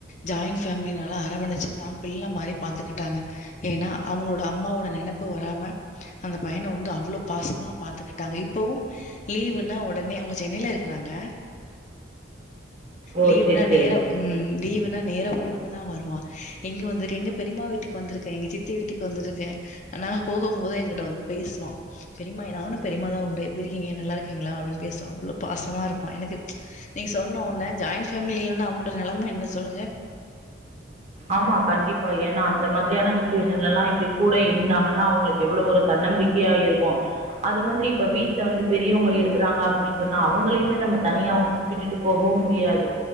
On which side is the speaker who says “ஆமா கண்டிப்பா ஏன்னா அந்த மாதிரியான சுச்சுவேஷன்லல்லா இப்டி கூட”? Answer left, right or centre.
Right